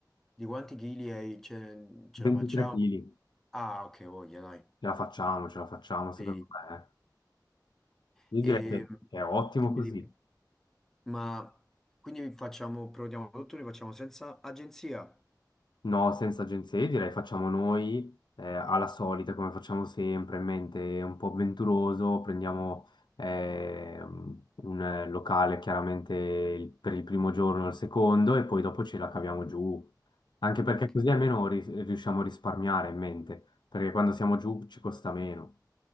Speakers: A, in the centre; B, on the left.
A: Di quanti chili hai- ce, ce
B: 23
A: la facciamo?
B: kg.
A: Ah, ok, voglia, dai.
B: Ce la facciamo, ce la facciamo, secondo
A: Sì.
B: me. eh. Io
A: E,
B: direi che che è ottimo
A: dimmi,
B: così.
A: dimmi. Ma quindi facciamo, prenotiamo tutto, li facciamo senza agenzia?
B: No, senza agenzie, io direi facciamo noi eh, alla solita, come facciamo sempre, in mente un po' avventuroso, prendiamo eh, un eh, locale chiaramente il- per il primo giorno o il secondo e poi dopo ce la caviamo giù. Anche perché
A: Ok,
B: così almeno ri- riusciamo a risparmiare in mente, perché quando siamo giù ci costa meno.